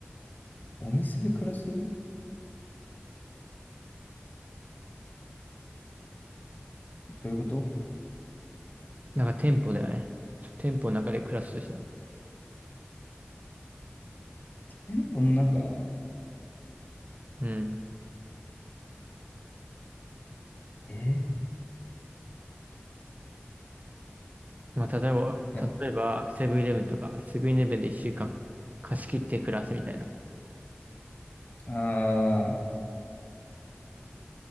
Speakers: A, on the left; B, on the right.
A: お店で暮らすどういうこと
B: なんか店舗だよね。店舗の中で暮らすとしたら。
A: 店舗の中
B: うん。
A: えー
B: まあ、例えば、
A: やっ
B: 例えば、セブンイレブンとか、セブンイレブンで一週間貸し切って暮らすみたいな。
A: ぱ、ああ、